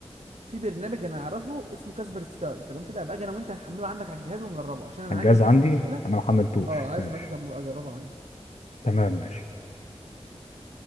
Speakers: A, on the right; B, on the left.
A: في برنامج انا اعرفه اسمه كاسبر سكاي تمام كده هبقى اجي انا وانت هنحمله عندك على الجهاز ونجربه عشان انا
B: الجهاز
A: عندي حصل
B: عندي
A: مشكله
B: أنا ما حملتوش
A: اه عايز
B: ماشي
A: ابقى اجي أجم- اجربه عندك
B: تمام ماشي
A: ماشي